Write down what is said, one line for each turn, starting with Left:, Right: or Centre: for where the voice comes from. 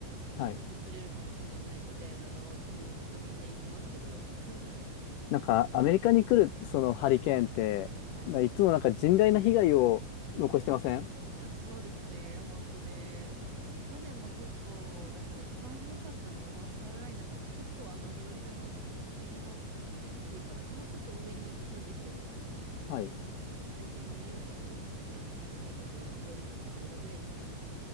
Right: もうちょっとすれるかもしれない、
Left: はい。
Right: みたいなのをずっとみんな言ってますけど、<laughs>
Left: なんか、アメリカに来る、そのハリケーンって、
Right: はい。
Left: まあ、いつもなんか甚大な被害を残してません
Right: いや、そうですね。ほんとね。去年も結構、だから一番ひどかったのがノースカロライナかな。ちょっとあの、フロリダの次の、次っていうか、もうちょっと上に行くんですけど、
Left: はい。
Right: だいたいニューヨークとの、まい、えっと、フロリダの間ぐらいですかね。